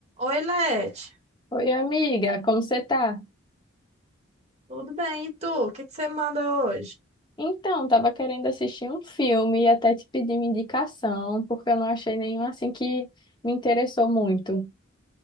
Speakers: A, on the right (about 30°); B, on the left (about 20°).
A: Oi, Lete.
B: Oi, amiga, como você tá?
A: Tudo bem? E tu? O que que você manda hoje?
B: Então, tava querendo assistir um filme e até te pedir uma indicação, porque eu não achei nenhum assim que me interessou muito.